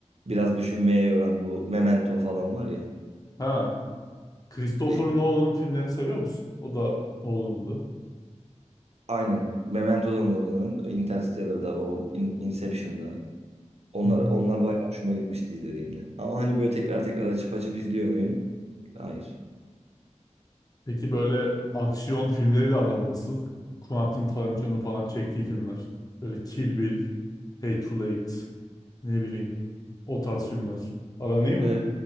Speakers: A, on the right; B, on the left.
A: biraz düşünmeye yoran bu Memento falan var ya.
B: Ha. Christopher
A: E, işte
B: Nolan'ın filmlerini seviyor musun? O da Nolan'dı.
A: aynen Memento'dan olanın Interstellar'da o In- Inception'da onlar
B: Hı hı.
A: onlar bayağı hoşuma gitmişti izlediğimde. Ama hani böyle tekrar tekrar açıp açıp izliyor muyum? Hayır.
B: Peki böyle aksiyon filmleriyle aran nasıl? Quentin Tarantino'nun falan çektiği filmler. Böyle Kill Bill, Hateful Eight, ne bileyim o tarz filmler. Aran iyi mi?
A: E,